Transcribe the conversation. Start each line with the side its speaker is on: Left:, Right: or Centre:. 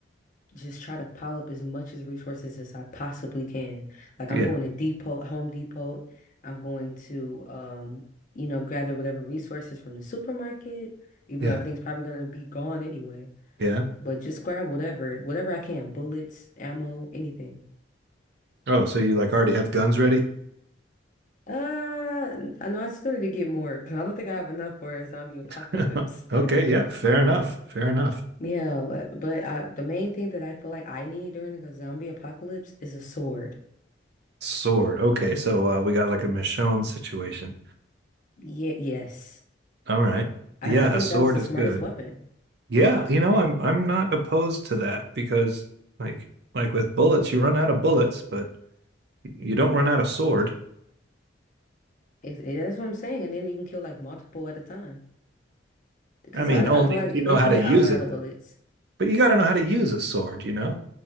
Left: just try to pile up as much as resources as I possibly can. Like I'm
Right: Yeah.
Left: going to Depot, Home Depot. I'm going to um, you know, gather whatever resources from the supermarket, even
Right: Yeah.
Left: though everything's probably gonna be gone anyway.
Right: Yeah.
Left: But just grab whatever, whatever I can, bullets, ammo, anything.
Right: Oh, so you like already have guns ready?
Left: Uh, I know I still need to get more, but I don't think I have enough for a zombie apocalypse.
Right: <laughs> Okay, yeah, fair enough. Fair enough.
Left: Yeah, but but I, the main thing that I feel like I need during like, a zombie apocalypse is a sword.
Right: Sword. Okay, so uh, we got like a Michonne situation.
Left: Yeah, yes.
Right: All right.
Left: I,
Right: Yeah,
Left: I think
Right: a sword
Left: that was the
Right: is
Left: smartest
Right: good.
Left: weapon.
Right: Yeah, you know, I'm I'm not opposed to that because like like with bullets, you run out of bullets, but you don't run out of sword.
Left: Ex- yeah, that's what I'm saying. And then you can kill like multiple at a time. Because
Right: I mean,
Left: I,
Right: only
Left: I feel like
Right: if you
Left: eventually
Right: know how to
Left: I'll
Right: use
Left: run out
Right: it
Left: of
Right: though.
Left: bullets.
Right: But you got to know how to use a sword, you know?